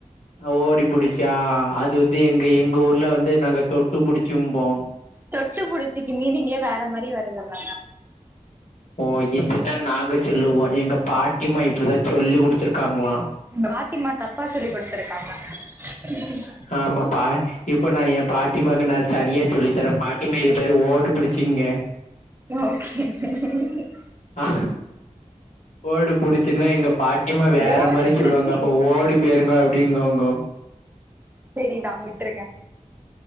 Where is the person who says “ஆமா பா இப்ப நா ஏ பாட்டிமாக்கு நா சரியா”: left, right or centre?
Left